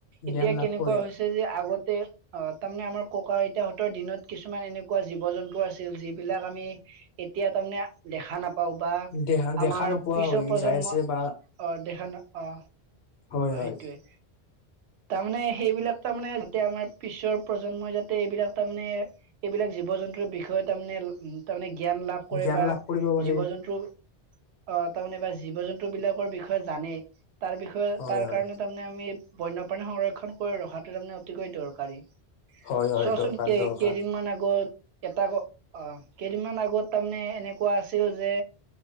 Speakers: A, on the left; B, on the right.
A: জ্ঞান
B: এতিয়া
A: লাভ
B: কেনেকুৱা
A: কৰে
B: হৈছে যে আগত তে অ' তাৰমানে আমাৰ ককা আইতাহঁতৰ দিনত কিছুমান এনেকুৱা জীৱ জন্তু টো আছিল যিবিলাক আমি এতিয়া তাৰমানে দেখা নাপাই পাও বা
A: দেহা
B: আমাৰ
A: দেখা নোপোৱা
B: পিছৰ
A: হৈ
B: প্ৰজন্ম
A: যাই আছে বা
B: অ দেখা ন অ
A: হয় হয়
B: সেইটোৱে তাৰমানে সেইবিলাক তাৰ মানে যাতে আমাৰ পিছৰ প্ৰজন্মই যাতে এইবিলাক তাৰমানে এইবিলাক জীৱ জীৱ জন্তুৰ বিষয়ে তাৰমানে উম তাৰ মানে জ্ঞান লাভ কৰে
A: জ্ঞান
B: বা
A: লাভ কৰিব পাৰে
B: জীৱ জন্তুৰ অ তাৰমানে বা জীৱ জন্তু বিলাকৰ বিষয়ে জানেই তাৰ বিষয়ে
A: হয়
B: তাৰ
A: হয়
B: কাৰণে তাৰমানে আমি বন্যপ্ৰাণী সংৰক্ষণ কৰি ৰখাটো তাৰমানে অতিকৈ দৰকাৰী
A: হয় হয়
B: চোৱাচোন
A: দৰকাৰ
B: কেই
A: দৰকাৰ
B: কেইদিনমান আগত এটা ক অ কেইদিনমান আগত তাৰমানে এনেকুৱা আছিল যে